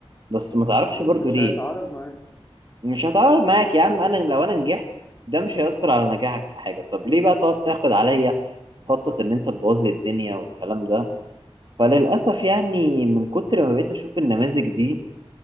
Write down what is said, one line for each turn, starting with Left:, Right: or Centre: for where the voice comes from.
Right: بس ما تعرفش
Left: امم
Right: برضو
Left: مش
Right: ليه
Left: هيتعارض معاه
Right: مش
Left: مم.
Right: هتعرف معاك يا عم انا لو انا نجحت ده مش هيأثر على نجاحك في حاجة طب ليه بقى تقعد تحقد عليا وتخطط ان انت تبوظ لي الدنيا والكلام ده فللأسف يعني من كتر ما بقيت اشوف النماذج دي